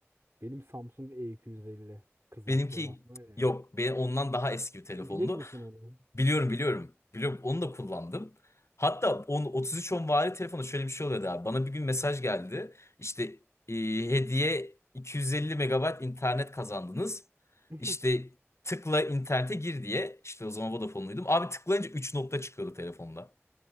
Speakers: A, on the right (about 70°); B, on the left (about 65°).
A: Benim Samsung E250. Kızaklı
B: Benimki
A: olan var ya.
B: yok. Benim ondan daha eski bir telefondu.
A: Sen bilir misin onu?
B: Biliyorum biliyorum. Biliyorum onu da kullandım. Hatta 10, 3310 vari telefonu şöyle bir şey oluyordu abi. Bana bir gün mesaj geldi. İşte e, hediye 250 megabayt internet kazandınız.
A: <laughs>
B: İşte tıkla internete gir diye. İşte o zaman Vodafone'luydum. Abi tıklayınca 3 nokta çıkıyordu telefonda.